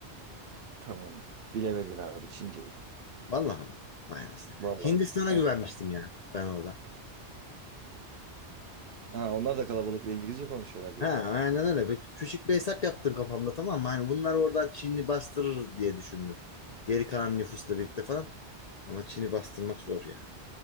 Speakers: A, on the right; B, on the left.
A: Tamam. Bilemedin abi Çinceydi.
B: Vallahi ama. Manasını.
A: Vallahi.
B: Hindistan'a
A: Yani-
B: güvenmiştim ya ben orada.
A: ha, onlar da kalabalık ve İngilizce konuşuyorlar
B: Ha
A: diye
B: aynen
A: mi?
B: öyle. Bir- Küçük bir hesap yaptım kafamda tamam mı? Hani bunlar oradan Çin'i bastırır diye düşündüm. Geri kalan nüfusla birlikte falan. Ama Çin'i bastırmak zor ya.